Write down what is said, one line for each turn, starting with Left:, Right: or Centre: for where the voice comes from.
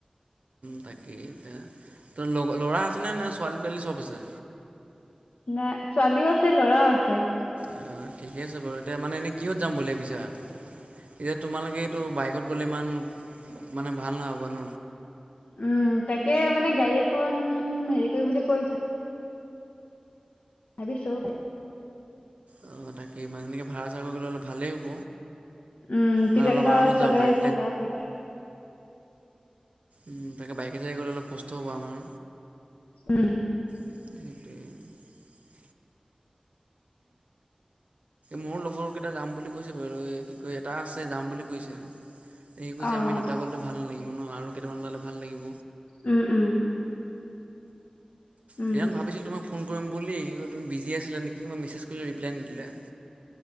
Right: তাকে এতিয়া ত ল'ৰা আছেনে নে ছোৱালী তোৱালী চব আছে?
Left: নে ছোৱালীও আছে ল'ৰাও আছে
Right: অঁ ঠিকে আছে বাৰু এতিয়া মানে এনেই কিহত যাম বুলি ভাবিছা? এতিয়া তোমালোকেটো বাইকত গ'লে ইমান মানে ভাল নহ'ব ন
Left: উম তাকে মানে গাড়ী এখন হেৰি কৰিম বুলি কৈবা ভাবিছো
Right: অ তাকে ইমান এনেকে ভাড়া চাড়া কৰি গলে অলপ ভালেই হ'ব
Left: উম
Right: আৰু
Left: তেতিয়া
Right: অলপ
Left: ধৰ
Right: আৰামত যাব
Left: চবেই
Right: পাৰিম
Left: ধৰ যাব পাৰিবাই
Right: উম তাকে বাইকে চাইকে গ'লে অলপ কষ্ট হ'ব আমাৰ
Left: উম
Right: সেইটোৱে মোৰ লগৰ কেইটা যাম বুলি কৈছে বাৰু এ কি কয় এটা আছে যাম বুলি কৈছে সি কৈছে
Left: অ
Right: আমি দুটা গলেটো ভাল নালাগিব ন আৰু কেইটামান ওলালে ভাল লাগিব
Left: উম উম উম
Right: সেয়ান ভাবিছিলো তোমাক ফোন কৰিম বুলি কি কয় তুমি বিজি আছিলা নিক কি মই মেছেজ কৰিলোঁ ৰিপ্লাই নিদিলা